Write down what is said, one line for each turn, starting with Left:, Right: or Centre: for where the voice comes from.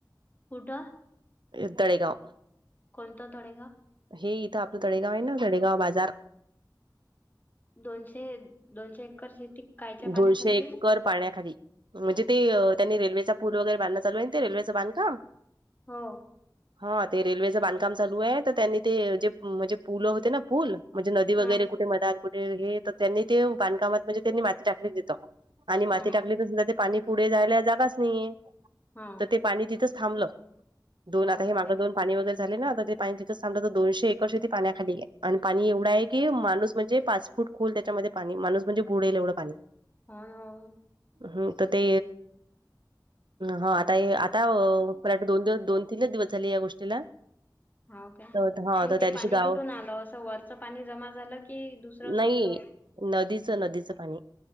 Left: कुडं
Right: ह तळेगाव
Left: कोणता तोडेग
Right: हे इथं आपलं तडेगाव आहे ना तडेगाव बाजार
Left: दोनशे दोनशे एकर शेती कायच्या पाण्याखाली
Right: दोनशे
Left: गेली
Right: एकर पाण्याखाली म्हणजे ते त्यांनी रेल्वेचा पूल वगैरे बध चालू आहे ते रेल्वेचं बांधकाम
Left: हो
Right: हा ते रेल्वेचं बांधकाम चालू आहे तर त्यांनी ते जे म्हणजे पुलं होते ना पूल म्हणजे नदी वगैरे
Left: हा
Right: कुठे मदार कुठे हे तर त्यांनी ते बांधकामात म्हणजे त्यांनी माती टाकली तेतं आणि माती
Left: हा
Right: टाकली तर सुधा ते पाणी पुढे जायला जागाच नाहीये
Left: हा
Right: तर ते पा तिथच थो दोन
Left: हो का
Right: पाणी वग ना ते पा तिथथ दोनशे एकर पाण्याखाली आणि पाणी एवढा आहे की माणूस म्हणजे पाच फूट खोल त्याच्यामध्ये पाणी माणूस म्हणजे बुडेल एवढं पाणी
Left: हो होय
Right: हम् तर ते हा आता आता अ म दोन दिव दोन तीन दिवस झाले या गोष्टीला
Left: हो का
Right: तर हा
Left: मग
Right: तर
Left: ते
Right: त्या दिवशी
Left: पाणी
Right: गाव
Left: कुठून आलं असं वरचं पाणी जमा झालं की दुसरं
Right: नाही
Left: सोडल होत
Right: नदीचं नदीचं पाणी